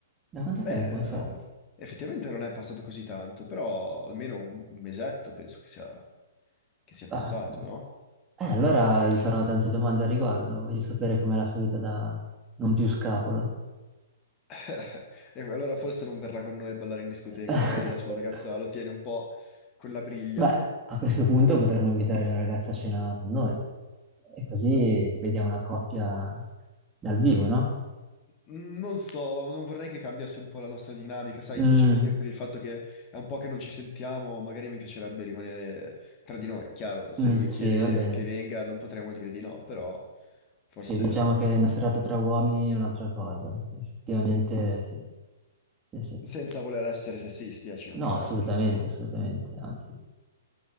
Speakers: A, on the right; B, on the left.
A: Da quanto
B: Beh,
A: tempo? Aspetta.
B: no, effettivamente non è passato così tanto, però almeno un, un mesetto penso che sia, che sia
A: Beh,
B: passato,
A: no.
B: no?
A: eh, allora gli farò tante domande al riguardo, voglio sapere com'è la sua vita da non più scapolo.
B: <laughs> E allora forse non verrà con noi a ballare in discoteca,
A: <laughs>
B: magari la sua ragazza lo tiene un po' con la briglia.
A: Beh, a questo punto potremmo invitare la ragazza a cena con noi e così vediamo la coppia dal vivo, no?
B: Mm, Non so, non vorrei che cambiasse un po' la nostra dinamica, sai,
A: Mm,
B: specialmente per il fatto che è un po' che non ci sentiamo, magari mi piacerebbe rimanere tra di noi. Chiaro, se
A: mm,
B: lui
A: sì,
B: chiede
A: va bene.
B: che venga non potremo dire di no, però forse
A: Sì, diciamo che una serata tra uomini è un'altra cosa. Effettivamente, sì. Sì, sì.
B: senza voler essere sessisti, eh, ci mancherebbe.
A: No, assolutamente, assolutamente. Anzi,